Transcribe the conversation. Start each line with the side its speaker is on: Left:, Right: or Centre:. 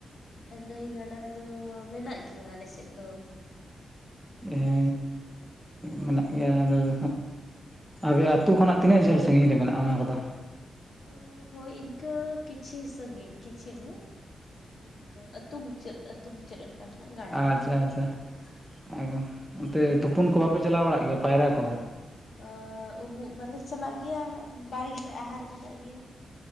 Left: ᱮ ᱱᱟᱹᱭ ᱜᱟᱰᱟ ᱫᱚ ᱢᱮᱱᱟᱜ ᱜᱮᱭᱟ ᱟᱞ ᱥᱮᱫ ᱫᱚ᱾
Centre: ᱦᱮᱻ
Left: ᱦᱳᱭ
Centre: ᱢᱮᱱᱟᱜ ᱜᱮᱭᱟ ᱟᱫᱚ ᱡ ᱟᱵᱮ ᱟᱛᱳ ᱠᱷᱚᱱᱟᱜ ᱛᱤᱱᱟᱹᱜ ᱡᱷᱟᱹᱞ ᱥᱟᱺᱜᱤᱧ ᱨᱮ ᱢᱮᱱᱟᱜᱼᱟ ᱚᱱᱟ ᱠᱚᱫᱚ?
Left: ᱚᱻ ᱦᱳᱭ ᱤᱱᱠᱟᱹ ᱠᱤᱪᱷᱤ ᱥᱟᱺᱜᱤᱧ, ᱠᱤᱪᱷᱤ ᱦᱟᱸᱜ᱾ ᱤᱱᱠᱟᱹ ᱟᱹᱛᱩ ᱢᱩᱪᱟᱹᱫ᱾ ᱟᱛᱩ ᱢᱩᱪᱟᱹᱫ <unintelligible>
Centre: ᱟᱪᱪᱷᱟ ᱟᱪᱪᱷᱟ, <unintelligible> ᱚᱱᱛᱮ ᱛᱩᱯᱩᱱ ᱠᱚ ᱵᱟᱯᱮ ᱪᱟᱞᱟᱣ ᱵᱟᱲᱟᱜ ᱜᱮᱭᱟ ᱯᱟᱭᱨᱟ ᱠᱚ᱾
Left: ᱟᱻ ᱩᱢᱩᱜ ᱵᱟᱞᱮ ᱪᱟᱞᱟᱜ ᱜᱮᱭᱟ, ᱵᱟᱲᱜᱮ ᱨᱮ ᱟᱦᱟᱨ ᱢᱮᱱᱟᱜ ᱜᱮᱭᱟ᱾